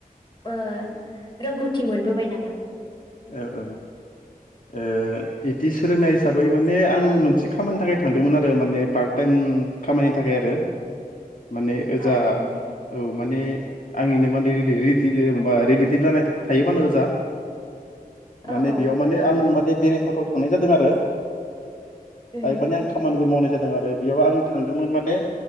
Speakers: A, on the left; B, on the left.
A: ओ रोंगौथि मोनबोबाय नामा?
B: ओ ओं ओ इदि सोलोंनाय हिसाबै माने आं मोनसे खामानिनि थाखाय थांदोंमोन आरो माने पार्ट टाइम खामानिनि थाखाय आरो माने ओजा
A: औ औ
B: औ माने आंनिनो माने रिले-रिलेटिभ जानाय थायोबानो ओजा माने
A: औ औ
B: बेयाव माने आं माने बेराय थावथाव थांनाय जादों आरो बेहाय
A: उम
B: माने आं खामानिबो मावनाय जादों आरो बेयाव आं थांदोंमोन माने